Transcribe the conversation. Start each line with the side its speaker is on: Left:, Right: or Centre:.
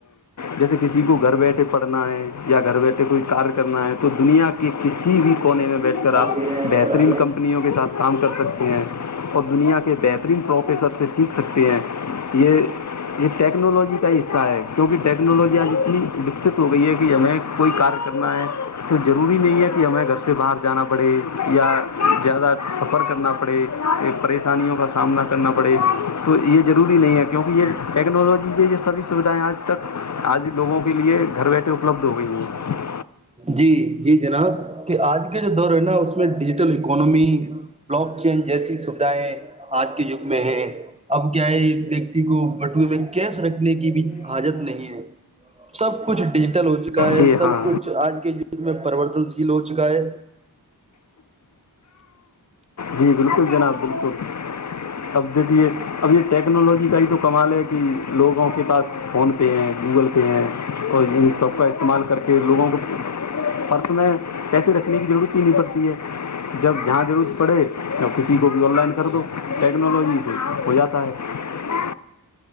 Left: جیسے کسی کو گھر بیٹھے پڑھنا ہے یا گھر بیٹھے کوئی کار کرنا ہے تو دنیا کی کسی بھی کونے میں بیٹھ کر آپ
Right: دیا
Left: بہترین کمپنیوں کے ساتھ کام کر سکتے ہیں اور دنیا بہترین پروفیسر سے سیکھ سکتے ہیں یہ یہ ٹیکس یکنالوج کا حصہ ہے کیک ٹیک ٹیکنالوجی آج اتنی وکست ہو گئی ہے کہ ہمیں کوئی کار کرنا ہے تو ضروری نہیں ہے کہ ہمیں گھر سے باہر جانا پڑے یا زیادہ سفر کرنا پڑے پریشانیوں کا سامنا کرنا پڑے تو یہ ضروری نہیں ہے کیونکہ یہ ٹیکنالوجی سے یہ سبھی سویدھائیں آج تک آج لوگوں کے لیے گھر بیٹھے اپلبدھ ہو گئی ہیں
Right: جی جی جناب کہ آج کا جو دور ہے نا اس میں digital economy blockchain جیسی سویدھائیں آج کے یگ میں ہے اب کیا ہے ویکتی کو بٹوے میں کیش رکھنے کی بھی حجت نہیں ہے سب کچھ ڈیجٹ ل ہو چکا ہے
Left: جی
Right: سب
Left: ہاں
Right: کچھ آج کل پرریورتن شیل ہو چکا ہے
Left: جی بالکل جناب بالکل اب دیکھیے اب یہ ٹیکنالوجی کا ہی تو کمال ہے کہ لوگوں کے پاس فون پے ہیں گوگل پے ہیں اور ان سب کا استعمال کر کے لوگوں کو اور اس میں پیسے رکھنے کی ضرورت ہی نہیں پڑتی ہے جب جہاں ضرور پڑھے تو کسی بھی آن لائن کر دو ٹیکنالوجی سے ہو جاتا ہے